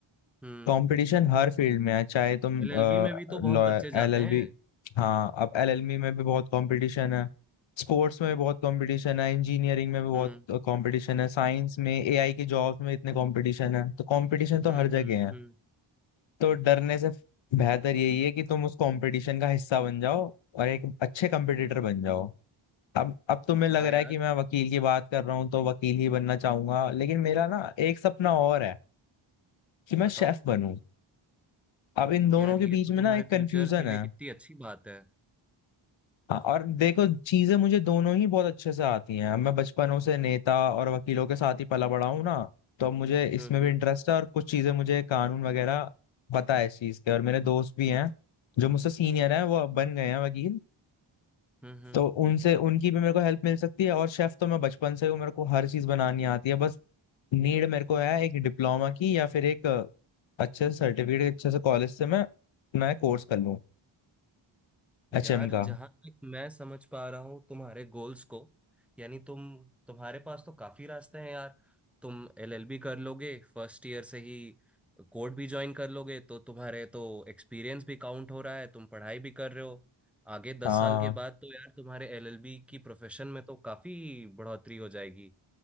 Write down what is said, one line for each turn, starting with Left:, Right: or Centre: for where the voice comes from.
Centre: हम्म
Left: कंपटीशन हर फील्ड में है चाहे तुम
Centre: एलएलबी में भी तो
Left: एल
Centre: बहुत बच्चे जाते
Left: एल
Centre: हैं
Left: बी हाँ अब एल एल बी में भी बहुत कंपटीशन है स्पोर्ट्स में भी बहुत कंपटीशन है इंजीनियरिंग में भी बहुत
Centre: हम्म
Left: कंपटीशन है साइंस में एआई के जॉब्स में इतने कंपटीशन है तो कंपटीशन तो
Centre: हम्म
Left: हर जगह
Centre: हम्म
Left: है
Centre: हम्म
Left: तो डरने से बेहतर यही है कि तुम उस कंपटीशन का हिस्सा बन जाओ और एक अच्छे कंपटीटर बन जाओ अब अब तुम्हें लग
Centre: हाँ
Left: रहा
Centre: यार
Left: है कि मैं वकील की बात कर रहा हूँ तो वकील ही बनना चाहूंगा लेकिन मेरा ना एक सपना और है कि मैं
Centre: बताओ
Left: शेफ बनूं अब इन दोनों
Centre: यार
Left: के
Centre: ये
Left: बीच
Centre: तो
Left: में
Centre: तुम्हारे
Left: ना एक कंफ्यूजन
Centre: फ्यूचर के लिए
Left: है
Centre: कितनी अच्छी बात है
Left: हाँ, और देखो चीजें मुझे दोनों ही बहुत अच्छे से आती हैं मैं बचपनों से नेता और वकीलों के साथ ही पला बड़ा हूँ ना तो अब मुझे इसमें
Centre: हम्म हम्म
Left: भी इंटरेस्ट है और कुछ चीजें मुझे कानून वगैरह पता है इस चीज के और मेरे दोस्त भी हैं जो मुझसे सीनियर हैं वो बन गए हैं वकील
Centre: हम्म हम्म
Left: तो उनसे उनकी भी मेरे को हेल्प मिल सकती है और शेफ तो मैं बचपन से हूँ मेरे को हर चीज बनानी आती है बस नीड मेरे को है एक डिप्लोमा की या फिर एक अ, अच्छे से सर्टिफिकेट अच्छे से कॉलेज से मैं मैं कोर्स कर लूँ एचएम
Centre: यार
Left: का
Centre: जहां तक मैं समझ पा रहा हूँ तुम्हारे गोल्स को यानी तुम तुम्हारे पास तो काफी रास्ते हैं यार तुम एलएलबी कर लोगे फर्स्ट ईयर से ही कोर्ट भी ज्वाइन कर लोगे तो तुम्हारे तो एक्सपीरियंस भी काउंट हो रहा है तुम पढ़ाई भी कर रहे हो आगे दस
Left: हाँ
Centre: साल के बाद तो यार तुम्हारे एलएलबी की प्रोफेशन में तो काफी बढ़ोतरी हो जाएगी